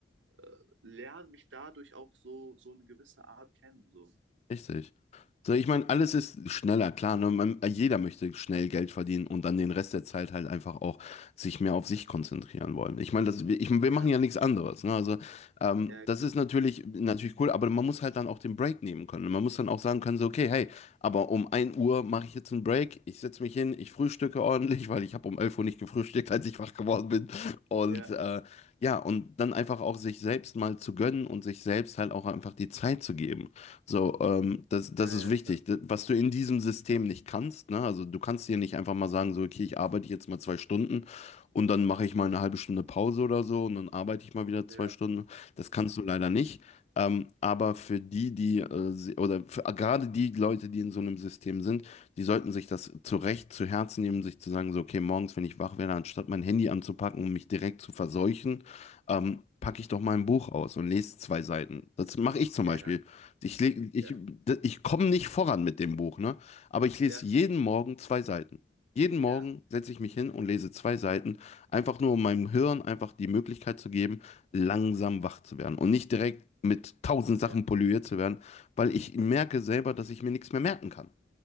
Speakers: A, on the right (about 85°); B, on the left (about 35°).
A: äh, lerne mich dadurch auch so, so eine gewisse Art kennen. So.
B: Richtig. So, ich meine, alles ist schneller, klar. Ne? Man, jeder möchte schnell Geld verdienen und dann den Rest der Zeit halt einfach auch sich mehr auf sich konzentrieren wollen. Ich meine, das, ich, wir
A: Ja,
B: machen ja nichts anderes. Ne? Also, ähm,
A: ja,
B: das
A: klar.
B: ist natürlich, natürlich cool, aber man muss halt dann auch den Break nehmen können. Man muss dann auch sagen können, so, okay, hey, aber um ein Uhr mache ich jetzt einen Break, ich setze mich hin, ich frühstücke ordentlich, <laughs> weil ich habe um 11 Uhr nicht gefrühstückt, als ich wach geworden bin. Und
A: Ja,
B: äh, ja, und dann einfach auch sich selbst mal zu gönnen und sich selbst halt auch einfach die Zeit zu geben. So, ähm, das, das
A: ja,
B: ist
A: ja,
B: wichtig.
A: klar.
B: D- Was du in diesem System nicht kannst, ne? Also du kannst dir nicht einfach mal sagen, so, okay, ich arbeite jetzt mal zwei Stunden und dann mache ich mal eine halbe Stunde Pause oder so und dann arbeite ich mal wieder zwei
A: Ja,
B: Stunden. Das kannst du leider nicht. Ähm, aber für die, die, äh, se- oder für, äh, gerade die Leute, die in so einem System sind, die sollten sich das zu Recht zu Herzen nehmen, sich zu sagen, so, okay, morgens, wenn ich wach werde, anstatt mein Handy anzupacken und mich direkt zu verseuchen, ähm, packe ich doch mal ein Buch aus und lese zwei Seiten. Das mache ich zum
A: ja,
B: Beispiel. Ich, leg- ich,
A: ja,
B: ich komme nicht voran mit dem Buch, ne? Aber ich lese
A: ja,
B: jeden Morgen zwei Seiten. Jeden Morgen
A: ja,
B: setze ich mich hin und lese zwei Seiten, einfach nur um meinem Hirn einfach die Möglichkeit zu geben, langsam wach zu werden und nicht direkt mit tausend
A: ja.
B: Sachen polluiert zu werden, weil ich merke selber, dass ich mir nichts mehr merken kann.